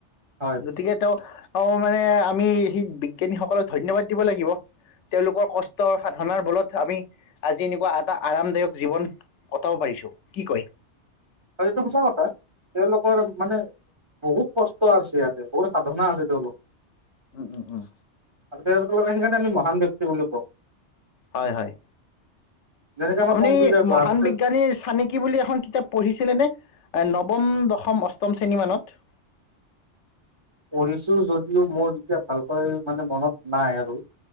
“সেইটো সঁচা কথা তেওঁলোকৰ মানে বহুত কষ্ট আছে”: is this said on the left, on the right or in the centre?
Right